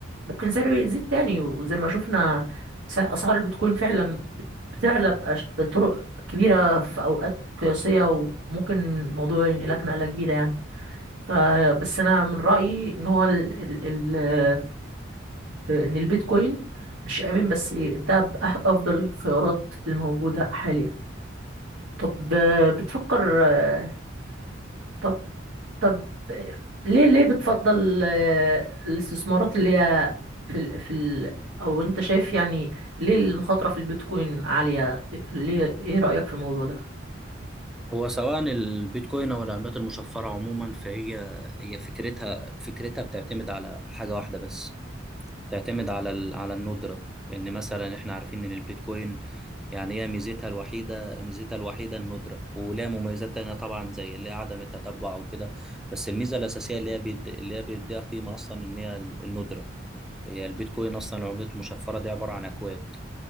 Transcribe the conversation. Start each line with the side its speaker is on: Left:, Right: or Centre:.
Right: ممكن سعره يزيد تاني وزي ما شفنا س- اسعار البيتكوين فعلا بتعلى بأش- بطرق كبيرة في اوقات قياسية وممكن الموضوع ينقلك نقلة كبيرة يعني فبس انا من رأيي ان هو ال ال ال ان البيتكوين مش آمن بس ده أح- افضل الخيارات الموجودة حاليا طب آه، بتفكر آه، طب طب ليه ليه بتفضل آه، الاستثمارات اللي هي في ال في ال او انت شايف يعني ليه المخاطرة في البيتكوين عالية ليه ايه رأيك في الموضوع
Centre: هو سواء البيتكوين أو العملات المشفرة عموما فهي هي فكرتها فكرتها بتعتمد على حاجة واحدة بس تعتمد على ال... على الندرة ان مثلا احنا عارفين ان البيتكوين يعني هي ميزتها الوحيدة ميزتها الوحيدة الندرة ولها مميزات تانية طبعا زي اللي هي عدم التتبع وكده بس الميزة الأساسية اللي هي بيد... اللي هي بيديها قيمة أصلا إن هي ال- الندرة هي البيتكوين أصلا العملة المشفرة دي عبارة عن أكواد